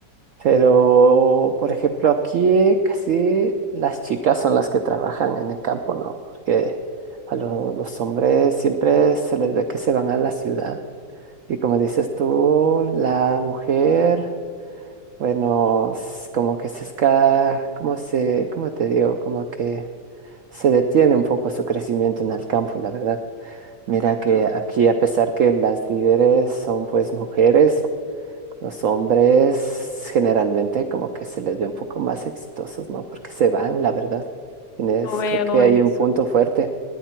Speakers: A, on the right; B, on the left.
A: Pero, por ejemplo, aquí casi las chicas son las que trabajan en el campo, ¿no? Porque a lo- los hombres siempre se les ve que se van a la ciudad. Y como dices tú, la mujer... Bueno, s- como que se esca, como se, cómo te digo, como que se detiene un poco su crecimiento en el campo, la verdad. Mira que aquí, a pesar que las líderes son pues mujeres, los hombres generalmente como que se les ve un poco más exitosos, ¿no? Porque se van, la verdad. Tienes,
B: Yo veo
A: creo que hay
B: eso.
A: un punto fuerte.